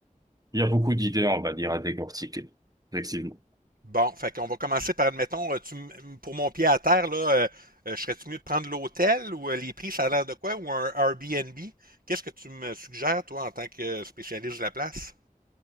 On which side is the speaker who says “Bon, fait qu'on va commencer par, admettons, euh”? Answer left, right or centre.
Right